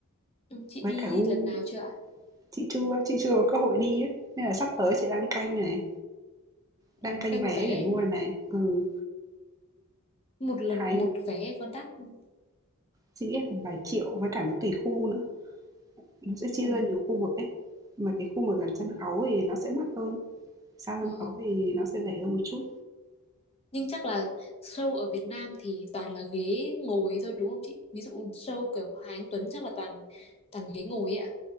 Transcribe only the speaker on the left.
Chúng chị
đi
lần nào chưa ạ?
Ừ,
Canh
vé
một lần
một vé có đắt không?
Ôi,
vâng.
Nhưng chắc là show ở Việt Nam thì toàn là ghế ngồi thôi đúng không chị? Ví dụ show kiểu Hà Anh Tuấn chắc là toàn toàn ghế ngồi ấy ạ.